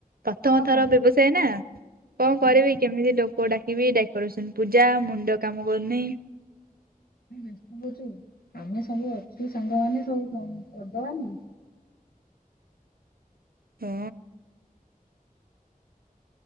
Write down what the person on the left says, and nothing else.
କଣ
ପାଇଁ?
ହଁ
<unintelligible> ଆମେ ସବୁ ଅଛୁ ସାଙ୍ଗମାନେ ସବୁ କ କରିଦବାନି।